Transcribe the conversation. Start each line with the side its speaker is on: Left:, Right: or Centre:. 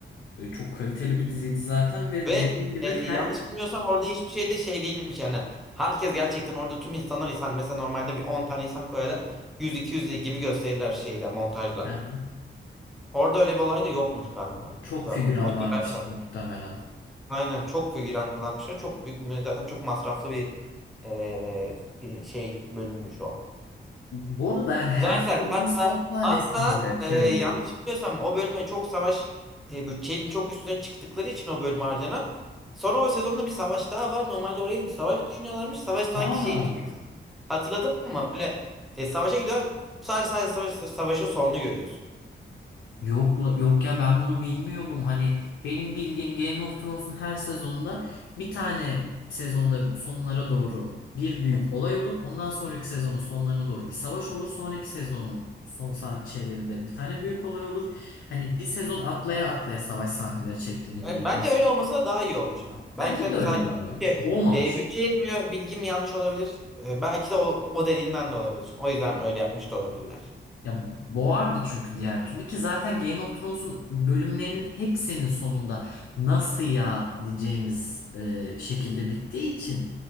Left: Böyle Çok kaliteli bir diziydi zaten ve
Centre: Ve
Left: dediğim gibi
Centre: e, yanlış
Left: her
Centre: bilmiyorsam orada hiçbir şey de şey değilmiş yani. Herkes gerçekten orada tüm insanlar insan. Mesela normalde bir 10 tane insan koyarlar. 100-200 gibi gösterirler şeyle montajla.
Left: Aha.
Centre: Orada öyle bir olay da yokmuş galiba
Left: çok
Centre: zaten.
Left: figüran
Centre: O
Left: varmıştır
Centre: güzel bir
Left: muhtemelen.
Centre: Aynen çok figüran kullanmışlar. Çok büyük mü- zaten çok masraflı bir eee, bir şey bölünmüş o.
Left: Bu arada yani her
Centre: Zaten
Left: filmin
Centre: hatta
Left: son sahnesinde
Centre: hatta
Left: şey
Centre: eee,
Left: oluyordu.
Centre: yanlış biliyorsam o bölüme çok savaş e, bütçenin çok üstüne çıktıkları için o bölüme harcanan. Sonra o sezonda bir savaş daha var. Normalde oraya bir savaş düşünüyorlarmış. Savaş sanki
Left: Aa.
Centre: şeymiş gibi. Hatırladın mı? Böyle e, savaşa gidiyor. Sadece sadece savaş, savaşın sonunu görüyorsun.
Left: Yok, la- yok ya ben bunu bilmiyordum. Hani benim bildiğim Game of Thrones'un her sezonunda bir tane sezonda sonlara doğru bir büyük olay olur. Ondan sonraki sezonun sonlarına doğru bir savaş olur. Sonraki sezonun son sah- şeylerinde bir tane büyük olay olur. Hani bir sezon atlaya atlaya savaş sahneleri çektiğini
Centre: Evet,
Left: biliyorum.
Centre: bence öyle olmasa da daha iyi olmuş ha. Belki
Left: Bence
Centre: de hani
Left: de öyle
Centre: sadece
Left: daha
Centre: bütçe,
Left: iyi olmuş. Bu olmamış.
Centre: e, bütçe yetmiyor, bilgim yanlış olabilir. E, belki de o, o dediğinden de olabilir. O yüzden öyle yapmış da olabilirler.
Left: Ya boğardı çünkü diğer türlü ki zaten Game of Thrones'un bölümlerinin hepsinin sonunda nasıl ya diyeceğimiz e, şekilde bittiği için